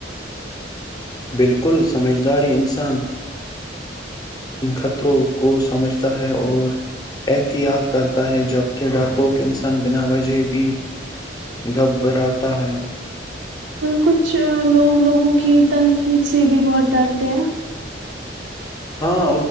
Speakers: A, on the left; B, on the right.
A: بالکل سمجھداری انسان خطروں کو سمجھتا ہے اور احتیاط کرتا ہے جب کہ ڈرپوک انسان بنا وجہ بھی گبراتا ہے
B: کچھ لوگ لوگوں کی تنقید سے بھی بہت ڈرتے ہیں
A: ہاں